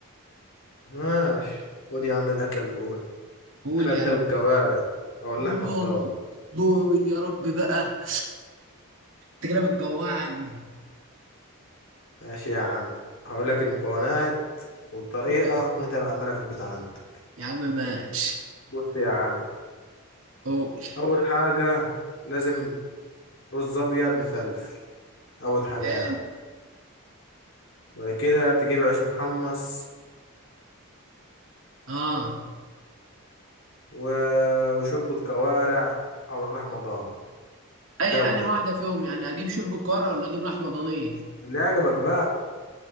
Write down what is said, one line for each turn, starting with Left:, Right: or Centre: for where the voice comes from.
Left: ماشي خد يا عم الاكله الاولى
Right: قول
Left: فتة
Right: يا عم
Left: بالكوارع او اللحمه
Right: يا
Left: الضاني
Right: رب يا رب بقى انت كده بتجوعني
Left: ماشي يا عم هقول لك المكونات والطريقه
Right: قول
Left: وانت بعملها في البيت عندك
Right: يا عم ماشي
Left: بص يا عم
Right: قول
Left: اول حاجه لازم رز ابيض مفلفل اول حاجه
Right: قال
Left: يعني وبعد كده تجيب عيش محمص
Right: اه
Left: و... وشوربه كوارع او لحمه ضاني
Right: اي
Left: ده
Right: انا
Left: وده
Right: واحده فيهم يعني اجيب شوربه كوارع ولا اجيب لحمه ضانيه
Left: اللي عجبك بقى